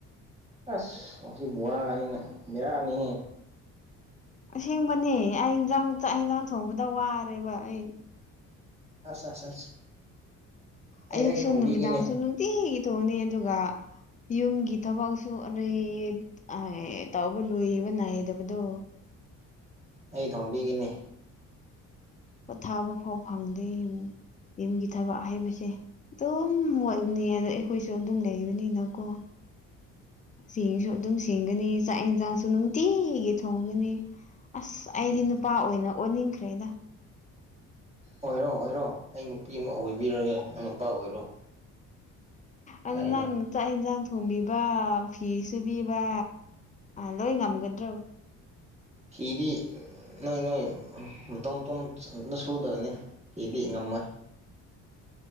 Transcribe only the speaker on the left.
ꯑꯁꯦꯡꯕꯅꯦ ꯑꯩ ꯏꯟꯖꯥꯡ ꯆꯥꯛ ꯌꯦꯟꯖꯥꯡ ꯊꯣꯡꯕꯗ ꯋꯥꯔꯦꯕ ꯑꯩ
ꯑꯌꯨꯛꯁꯨ
ꯅꯨꯃꯤꯗꯥꯡꯁꯨ ꯅꯨꯡꯇꯤꯒꯤ ꯊꯣꯛꯑꯅꯤ ꯑꯗꯨꯒ ꯌꯨꯝꯒꯤ ꯊꯕꯛꯁꯨ ꯑꯩ ꯇꯧꯕ ꯂꯣꯏꯕ ꯅꯥꯏꯗꯕꯗꯣ
ꯄꯣꯊꯥꯕ ꯐꯥꯎ ꯐꯪꯗꯦ ꯌꯨꯝꯒꯤ ꯊꯕꯛ ꯍꯥꯏꯩꯕꯁꯦ ꯑꯗꯨꯝ ꯋꯥꯠꯅꯤ ꯑꯗꯣ ꯑꯩꯈꯣꯏꯁꯨ ꯑꯗꯨꯝ ꯂꯩꯕꯅꯤꯅꯀꯣ ꯆꯦꯡꯁꯨ ꯑꯗꯨꯝ ꯁꯦꯡꯒꯅꯤ ꯆꯥꯛ ꯌꯦꯟꯁꯥꯡꯁꯨ ꯅꯨꯡꯇꯤꯒꯤ ꯊꯣꯡꯒꯅꯤ ꯑꯁ
ꯑꯩꯗꯤ ꯅꯨꯄꯥ ꯑꯣꯏꯅ ꯑꯣꯟꯅꯤꯡꯈ꯭ꯔꯦꯗ
ꯑꯜ
ꯅꯪ ꯆꯥꯛ ꯏꯟꯁꯥꯡ ꯊꯣꯡꯕꯤꯕ ꯐꯤ ꯁꯨꯕꯤꯕ ꯂꯣꯏ ꯉꯝꯒꯗ꯭ꯔꯣ